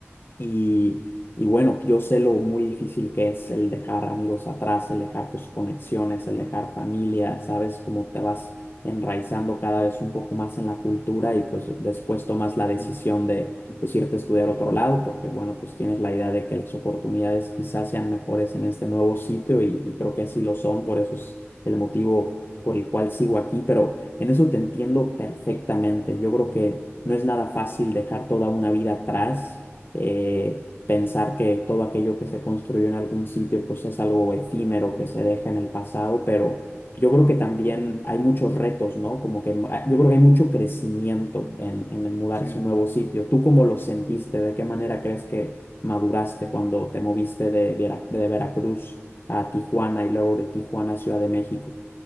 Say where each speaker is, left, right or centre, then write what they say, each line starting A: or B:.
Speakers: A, on the left (about 50°); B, on the left (about 70°).
A: Y, y bueno, yo sé lo muy difícil que es el dejar amigos atrás, el dejar tus conexiones, el dejar familia, sabes cómo te vas enraizando cada vez un poco más en la cultura y pues después tomas la
B: Ujú,
A: decisión de pues irte a estudiar a otro lado porque bueno, pues tienes la idea de que las oportunidades quizás sean mejores en este nuevo sitio y, y creo que así lo son, por eso es el motivo por el cual sigo aquí, pero en eso te entiendo perfectamente. Yo creo que no es nada fácil dejar toda una vida atrás eh, pensar que todo aquello que se construyó en algún sitio pues es algo efímero que se deja en el pasado, pero yo creo
B: Sí,
A: que también
B: claro.
A: hay muchos retos, ¿no? Como que ah, yo creo que hay mucho crecimiento en, en el mudarse
B: Sí.
A: a un nuevo sitio. ¿Tú cómo lo sentiste? ¿De qué manera crees que maduraste cuando te moviste de, Viera- de Veracruz a Tijuana y luego de Tijuana a Ciudad de México?